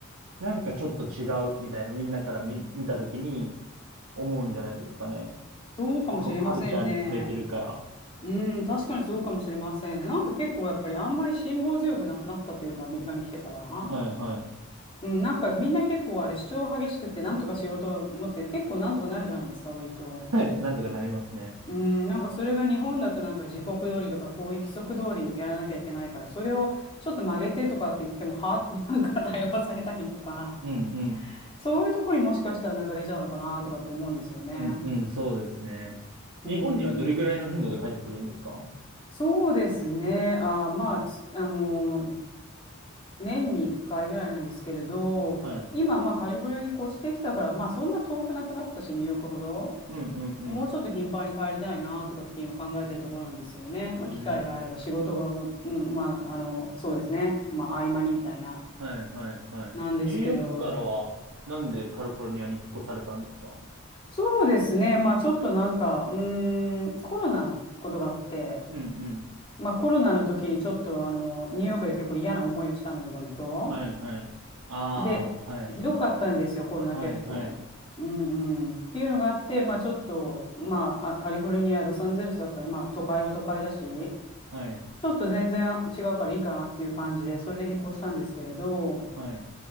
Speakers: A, on the right; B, on the left.
A: なんかちょっと違うみたいな、みんなから見、見たときに思うんじゃないですかね。
B: そうかもしれませんね。
A: このカルチャーに触れてるから。
B: うん、確かにそうかもしれませんね。なんか結構やっぱりあんまり辛抱強くなくなったというか、アメリカに来てから。
A: はいはい。
B: うん、なんかみんな結構あれ主張激しくってなんとかしようと思って結構なんとかなるじゃないですか割と。
A: <laughs> はい、なんとかなりますね。
B: うん、なんかそれが日本だとなんか時刻通りとかこういう規則通りやらなきゃいけないからそれをちょっと曲げてとかって言ってもはあって <laughs> なんか対応されたりとか
A: うんうん。
B: そういうところにもしかしたらなんか出ちゃうのかなとかって思うんですよね。
A: うんうん、そうですね。日本にはどれぐらいの頻度で帰ってくるんですか
B: うん、そうですね。あ、まあ、つあのー年に1回ぐらいなんですけれど今まあカリフォルニアに越してきたからまあそんな遠くなくなったしニューヨークほど。
A: はい。うんうんうん。
B: もうちょっと頻繁に帰りたいなとかって今考えてるところなんですよね。まあ、
A: えー
B: 機会があれば仕事が、うんまあ、あの、そうですね。まあ、合間にみたいな、
A: はいはいはい。
B: なんですけど、
A: ニューヨークからは、なんでカリフォルニアに引っ越されたんですか
B: そうですね。まあ、ちょっとなんか、うーん、コロナのことがあって、
A: うんうん。
B: まあ、コロナの時にちょっと、あの、ニューヨークで結構嫌な思いをしたので、割と。
A: はいはい。ああ、
B: で、
A: はい。
B: ひどかったんですよ、コロナ結構。
A: はいはい。
B: うんうん、っていうのがあって、まあちょっと、まあ、あカリフォルニア、ロサンゼルスだったら、まあ都会は都会だし、
A: はい。
B: ちょっと全然違うからいいかなっていう感じで、それで引っ越したんですけれど、
A: はい。